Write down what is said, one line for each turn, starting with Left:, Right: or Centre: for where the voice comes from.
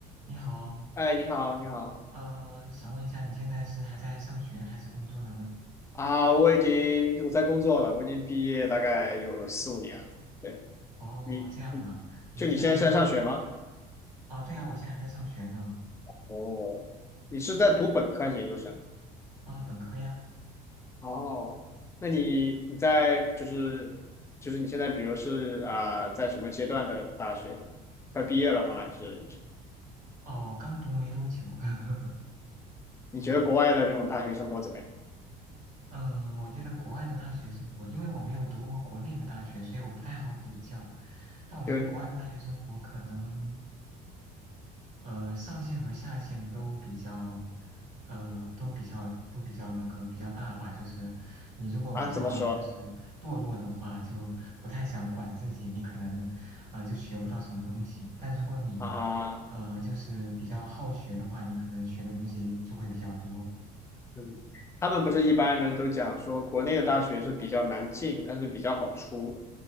Right: 你好，
Left: 哎，你好，你好
Right: 呃，想问一下，你现在是还在上学还是工作的呢？
Left: 啊！我已经我在工作了，我已经毕业大概有四五年了。对，
Right: 哦，
Left: 你，
Right: 这样啊，
Left: 你就你现在是在上学吗？
Right: 你是在这边啊？对啊，我现在还在上学呢，
Left: 哦，你是在读本科还是研究生？
Right: 啊，本科呀，
Left: 哦，那你你在就是就是你现在比如是啊、在什么阶段的大学？快毕业了吗？还是
Right: 哦，刚读没多久，<laughs>
Left: 你觉得国外的那种大学生活怎么样？
Right: 嗯嗯，我觉得国外的大学生活，因为我没有读过国内的大学，所以我不太好比较，但我觉得国外的大学生活可能。
Left: 就
Right: 呃，上限和下限都比较，呃，都比较都比较那个比较大吧。就是你如果比较就是堕落的话，
Left: 啊，怎么说
Right: 就不太想管自己，你可能呃就学不到什么东西。但如果你
Left: 啊？
Right: 呃就是比较好学的话，你可能学的东西就会比较多。
Left: 嗯，他们不是一般人都讲说，国内的大学是比较难进，但是比较好出，